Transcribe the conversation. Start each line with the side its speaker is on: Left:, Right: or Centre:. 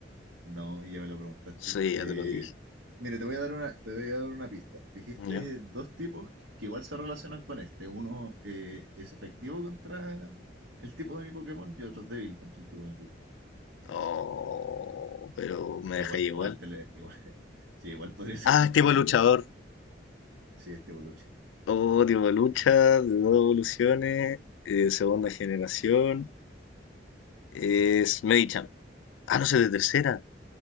Right: No, y ya me lo preguntaste.
Left: Sí,
Right: Eh,
Left: ya te lo dije.
Right: mira, te voy a dar una, te voy a dar una pista. Dijiste
Left: ¿Ya?
Right: dos tipos que, que igual se relacionan con este. Uno eh, es efectivo contra el tipo de mi Pokémon y otro es débil contra el tipo de mi Pokémon.
Left: Oh, pero me
Right: Bueno,
Left: deja
Right: igual,
Left: igual.
Right: igual, te le- igual, <laughs> sí, igual podría ser
Left: Ah,
Right: cualquiera,
Left: es tipo luchador.
Right: pero sí, este Boluche.
Left: Oh, tipo lucha, de dos evoluciones, eh, segunda generación. Es Medicham. Ah, no sé, de tercera.